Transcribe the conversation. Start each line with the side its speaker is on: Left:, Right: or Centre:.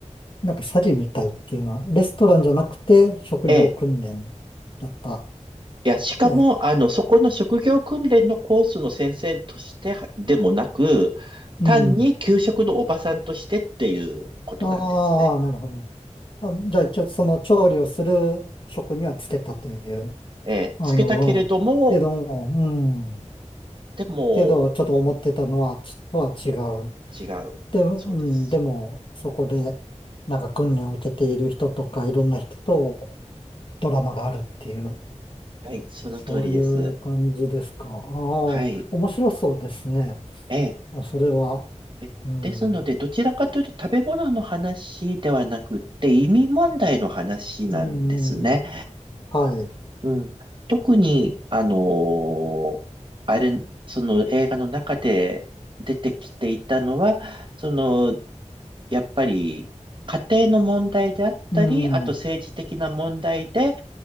Left: なんか詐欺みたいっていうのは、レストランじゃなくて職業訓練だった。
Right: ええ。いや、しかも、
Left: え、
Right: あの、そこの職業訓練のコースの先生としてはでもなく、
Left: うん。
Right: 単に給食のおばさんとしてっていうことなんですね。
Left: ああ、なるほど。あ、じゃあ一応その調理をする職にはつけたという。
Right: ええ、
Left: あの、
Right: つけたけれども、
Left: けど、うん。
Right: でも、
Left: けど、ちょっと思ってたのは、ちょっとは違う。
Right: 違う。
Left: で、うん、
Right: そうです。
Left: でも、そこで、なんか訓練を受けている人とか、いろんな人とドラマがあるっていう、
Right: はい、その通りです。
Left: そういう感じですか。ああ、
Right: はい、
Left: 面白そうですね。
Right: ええ、
Left: あ、それは、
Right: え、
Left: うん、
Right: ですので、どちらかというと食べ物の話ではなくって、移民問題の話なんですね。
Left: うん、うん、はい、
Right: うん。特に、あのーあれ、その映画の中で出てきていたのは、その、やっぱり、家庭の問題であったり、
Left: うん、
Right: あと政治的な問題で、